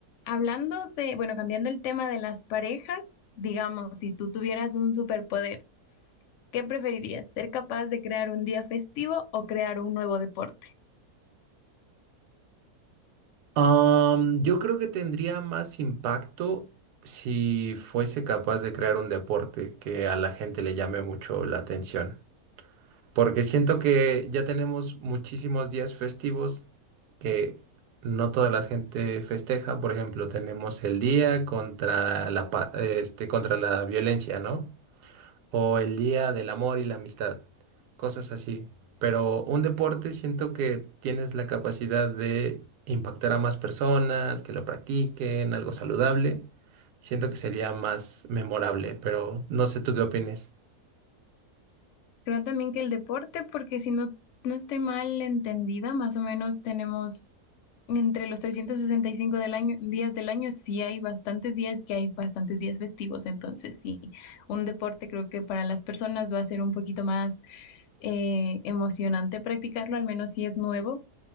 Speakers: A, on the left (about 65°); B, on the right (about 80°).
A: hablando de, bueno, cambiando el tema de las parejas, digamos, si tú tuvieras un superpoder, ¿qué preferirías? ¿Ser capaz de crear un día festivo o crear un nuevo deporte?
B: Am, yo creo que tendría más impacto si fuese capaz de crear un deporte que a la gente le llame mucho la atención. porque siento que ya tenemos muchísimos días festivos que no toda la gente festeja. Por ejemplo, tenemos el día contra la, pa- este, contra la violencia, ¿no? O el día del amor y la amistad, cosas así. Pero un deporte siento que tienes la capacidad de impactar a más personas, que lo practiquen, algo saludable. Siento que sería más memorable, pero no sé tú qué opines.
A: Creo también que el deporte, porque si no, no estoy mal entendida, más o menos tenemos entre los 365 del año, días del año, sí hay bastantes días que hay bastantes días festivos, entonces sí, un deporte creo que para las personas va a ser un poquito más eh, emocionante practicarlo, al menos si es nuevo,